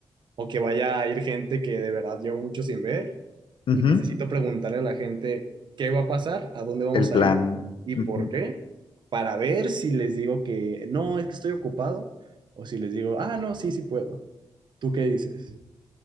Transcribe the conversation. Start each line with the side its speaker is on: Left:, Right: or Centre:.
Right: o que vaya a ir gente que de verdad llevo mucho sin ver,
Left: ujú,
Right: necesito preguntarle a la gente qué va a pasar, a dónde vamos
Left: El plan.
Right: a ir y
Left: ujú.
Right: por qué, para ver si les digo que no, es que estoy ocupado o si les digo, ah, no, sí, sí puedo. ¿Tú qué dices?